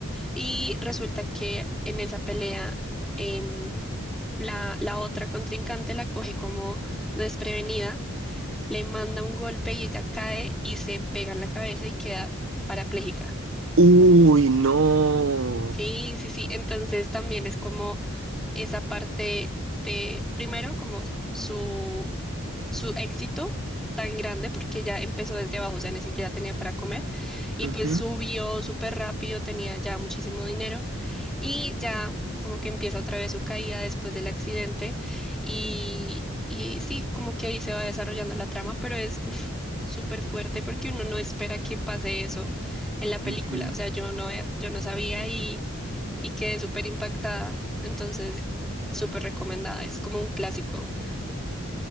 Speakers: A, in the centre; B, on the right.
A: Y resulta que en esa pelea... em, La, la otra contrincante la coge como desprevenida le manda un golpe y ella cae y se pega en la cabeza y queda parapléjica.
B: Uy, no.
A: Sí, sí, sí. Entonces también es como esa parte de, primero, como su, su éxito tan grande porque ya empezó desde abajo, o sea, ni siquiera tenía para comer y
B: Ujú,
A: pues subió súper rápido, tenía ya muchísimo dinero y ya como que empieza otra vez su caída después del accidente y, y sí, como que ahí se va desarrollando la trama, pero es uf, súper fuerte porque uno no espera que pase eso en la película.
B: ujú.
A: O sea, yo no, eh, yo no sabía y, y quedé súper impactada. Entonces, súper recomendada. Es como un clásico.